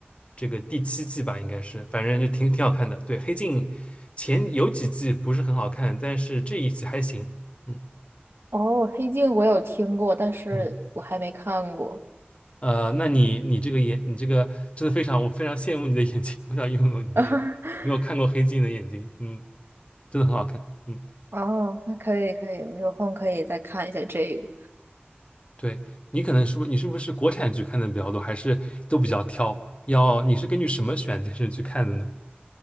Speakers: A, on the left; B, on the right.
A: 这个第七季吧，应该是，反正就挺挺好看的。对，《黑镜》前有几季不是很好看，但是这一季还行。嗯
B: 哦，《黑镜》我有听过，但是我还没看过。
A: 嗯，呃，那你你这个眼，你这个真的非常，我非常羡慕你的眼睛，我想拥有你的眼睛。
B: <laughs>
A: 没有看过《黑镜》的眼睛，嗯，真的很好看。嗯，
B: 哦，那可以可以，我有空可以再看一下这个。
A: 对，你可能是不，你是不是国产剧看的比较多，还是都比较挑？要你是根据什么选电视剧看的呢？